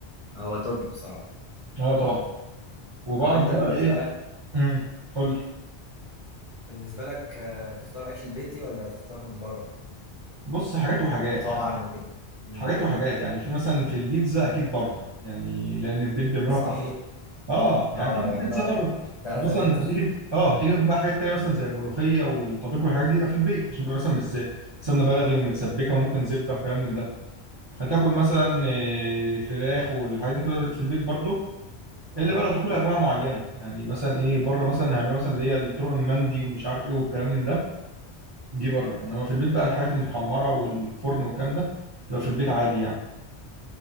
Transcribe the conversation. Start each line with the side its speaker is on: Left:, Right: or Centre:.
Left: هو توب بصراحه
Right: اه طبعا وبعرف
Left: طب انت
Right: بقى
Left: بالنسبة
Right: ايه
Left: لك
Right: امم قول لي
Left: بالنسبة لك آه، تختار الأكل البيتي ولا تختار من بره
Right: بص حاجات وحاجات
Left: مطاعم
Right: يعني
Left: وكده مم.
Right: حاجات وحاجات يعني في مثلا في البيتزا اكيد بره يعني لان البيت بيعملوها
Left: صح
Right: بطريقه اه يعني
Left: اه
Right: اكيد البيتزا
Left: يعملها
Right: بره
Left: 3
Right: مثلا
Left: متر
Right: هتيجي ت- اه هتيجي تاكل بقى حاجات تانية مثلا زي الملوخيه والطبيخ والحاجات دي يبقى في البيت عشان بيبقى مثلا بالذات سمنه بلدي ومتسبكه
Left: صح
Right: وممكن زبده وكلام من ده هتاكل مثلا آه، فراخ والحاجات دي كلها في البيت برضه الا
Left: مم.
Right: بقى لو تاكلها انواع معينه يعني مثلا ايه بره مثلا هيعملوا مثلا اللي هي الطرق المندي ومش عارف ايه والكلام من ده دي بره انما في البيت بقى الحاجات المتحمره والفرن والكلام ده تبقى في البيت عادي يعني